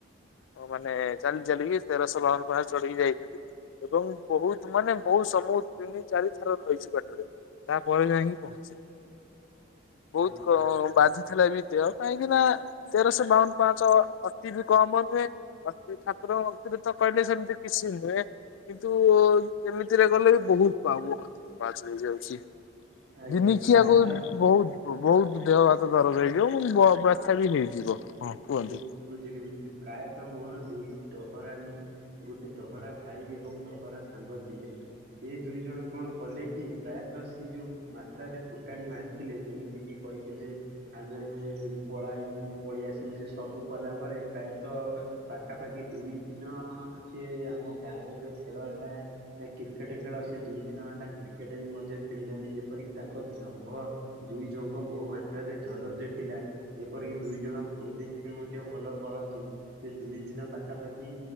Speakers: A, on the left; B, on the right.
A: ଓ ମାନେ ଚାଲି ଚାଲିକି ତେରଶହ ଲହଙ୍କ ପାଖରେ ଚଢିକି ଯାଇଥିଲି। ଏବଂ ବହୁତ ମାନେ ବହୁତ ସମୟ ତିନି ଚାରି ଥର ରହିଛି ବାଟରେ ତାପରେ ଯାଇକି ପହଞ୍ଚିଲି। ବହୁତ
B: ଅ
A: କ ବାଧୁଥିଲା ବି ଦେହ କାହିଁକିନା ତେରଶହ ବାଉନ ପାଞ୍ଚ ଅତି ବି କମ ନୁହେ ଅତି ଠାକୁରଙ୍କ ଭକ୍ତିରେ ତ କହିଲେ ସେମିତି କିଛି ନୁହେଁ କିନ୍ତୁ ଏମିତିରେ ଗଲେ ବି ବହୁତ ପାଉ ମୁଁ ଅଧିକ ପାଚ ହେଇଯାଉଛି।
B: ଆଜ୍ଞା
A: ଦିନିକିଆକୁ
B: ପ୍ରାୟତଃ
A: ବହୁତ ବହୁତ ଦେହ ହାତ ଦରଜ ହେଇଯିବ ବାଛା ବି ହେଇଯିବ ହଁ। କୁହନ୍ତୁ।
B: ବୁଝିଲି ବୁଝିଲି ପ୍ରାୟତଃ ମୋର ଦୁଇଟି ଡହରା ଆମ ଗୋଟେ ଡହରା ଭାଇ ଏବଂ ଡହରା ସାଙ୍ଗ ଥିଲେ ସେ ଦୁଇ ଜଣ କଣ କଲେ କି ପ୍ରାୟତଃ ସେ ଯୋଉ ମାତ୍ରାରେ ଫୁଟାଣି ମାରିଥିଲେ ଯେମିତି କିି କହିଥିଲେ ଆମେ ପଳେଇବୁ ପଳେଇ ଆସୁ ସେ ସବୁ କଲା ପରେ ପ୍ରାୟତଃ ପାଖାପାଖି ଦୁଇ ଦିନ ସେ ଆମ ଗାଁରେ ଯୋଉ ଖେଳ ହେଲା। କ୍ରିକେଟ ଖେଳ ସେ ଦୁଇ ଦିନ ହେଲା କ୍ରିକେଟ ବି ମଧ୍ୟ ଖେଳିନାହାନ୍ତି ଯେପରିକି ତାଙ୍କ ଜଙ୍ଘ ଦୁଇ ଜଙ୍କ ବହୁ ମାତ୍ରାରେ ଜରରେ ଥିଲା ଯେପରିକି ଦୁଇ ଜଣ ବୁଲିିକ ବି ମଧ୍ୟ ଭଲ କରନ୍ତି। ସେ ଦୁଇ ଦିନ ପାଖାପାଖି